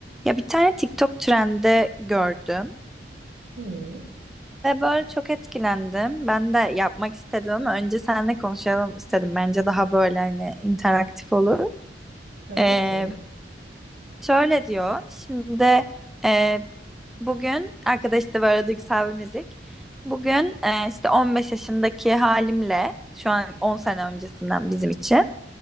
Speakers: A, in the centre; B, on the right.
A: Ya bir tane TikTok trendi gördüm
B: Hmm,
A: ve böyle çok etkilendim. Ben de yapmak istedim ama önce seninle konuşalım istedim. Bence daha böyle hani interaktif olur.
B: Böyle
A: Ee,
B: bakayım.
A: şöyle diyor. Şimdi e, bugün arkadaş da böyle duygusal bir müzik. Bugün e, işte 15 yaşındaki halimle şu an 10 sene öncesinden bizim için